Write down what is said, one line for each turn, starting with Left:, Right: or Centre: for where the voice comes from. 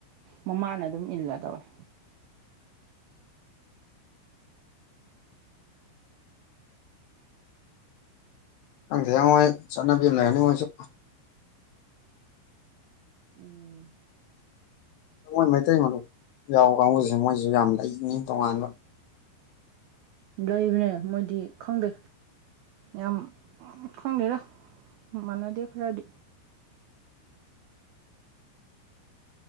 Right: ꯃꯃꯥꯅ ꯑꯗꯨꯝ ꯏꯜꯂ ꯇꯧꯏꯦ꯫
Left: ꯅꯪꯗ ꯌꯥꯝꯉꯥꯏ ꯆꯠꯅꯕꯤ ꯑꯃ ꯂꯩ ꯍꯥꯏꯅꯤꯡꯉꯥꯏꯁꯨ꯫
Right: ꯎꯝ
Left: ꯃꯣꯏ ꯃꯩꯇꯩ ꯃꯨꯞ ꯌꯥꯎꯕ ꯀꯥꯡꯕꯨꯁꯦ ꯃꯣꯏꯁꯨ ꯌꯥꯝ ꯂꯩꯉꯤ ꯇꯣꯉꯥꯟꯕ꯫
Right: ꯂꯩꯕꯅꯦ ꯃꯣꯏꯗꯤ ꯈꯪꯗꯦ꯫ ꯌꯥꯝ ꯈꯪꯗꯦꯔꯣ ꯃꯥꯟꯅꯗꯦ ꯈꯔꯗꯤ꯫